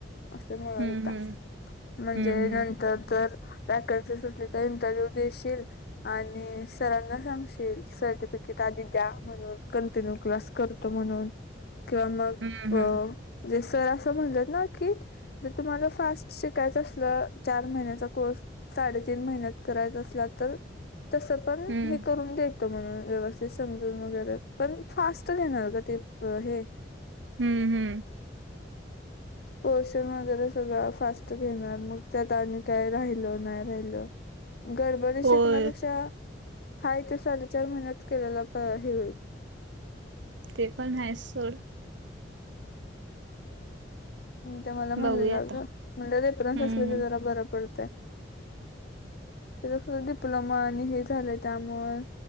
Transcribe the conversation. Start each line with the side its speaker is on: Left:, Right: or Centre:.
Left: आस म्हणत
Right: हम्म
Left: होता
Right: हम्म.
Left: म्हणजे
Right: हम्म
Left: नंतर जर व्हॅकनसिज तेचा इंटरव्ह्यूव देशील आणि सरांना सांगशील सर्टिफिकेट आधी द्या म्हणून कंटिन्यू क्लास करतो म्हणून किंवा मग
Right: हम्म हम्म
Left: जे सर अस म्हणलेत ना की जर तुम्हाला फास्ट शिकायच असल चार महिन्याचा कोर्स साडेचा तीन महिन्यात करायच आसला तर तस पण
Right: हम्म
Left: हे करून दे तो म्हणून व्यवस्थित समजून वगैरे पण फास्ट घेणार ग ते हे
Right: हम्म हम्म.
Left: पोर्शन वगैरे सगळ फास्ट घेणार मग त्यात आणि काय राहिल नाही राहिल गडबडीत
Right: होय.
Left: शिकण्यापेक्षा हाय ते साडेचार महिन्यात केलेला हे होईल.
Right: ते पण हाय सोड.
Left: ते मला म्हणलेला
Right: बघूया आता
Left: ग म्हणजे रेफरन्स
Right: हम्म
Left: असल की जरा बर पडतय. त्याज खर डिप्लोमा आणि हे झालय त्यामुळ